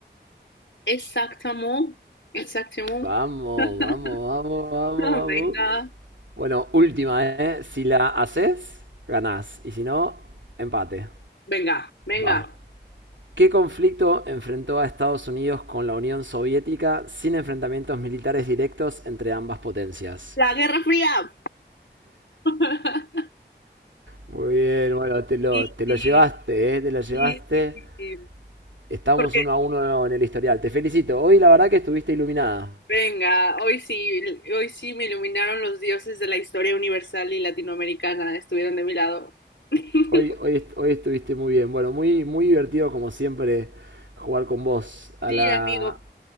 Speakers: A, on the left; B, on the right.
A: Exactamente, exactamente.
B: Vamos,
A: <laughs>
B: vamos, vamos, vamos,
A: Venga,
B: vamos. Bueno, última, ¿eh? Si la haces, ganás. Y si no, empate.
A: venga, venga.
B: Va. ¿Qué conflicto enfrentó a Estados Unidos con la Unión Soviética sin enfrentamientos militares directos entre ambas potencias?
A: La Guerra Fría. <laughs>
B: Muy bien, bueno, te lo,
A: Sí,
B: te
A: sí,
B: lo llevaste, ¿eh? Te lo llevaste.
A: sí, sí, sí, sí.
B: Estamos
A: Porque
B: uno a uno en el historial. Te felicito. Hoy la verdad que estuviste iluminada.
A: Venga, hoy sí, hoy sí me iluminaron los dioses de la historia universal y latinoamericana, estuvieron de mi lado. <laughs>
B: Hoy, hoy, est- hoy estuviste muy bien. Bueno, muy, muy divertido como siempre jugar con vos a
A: Sí,
B: la,
A: amigo,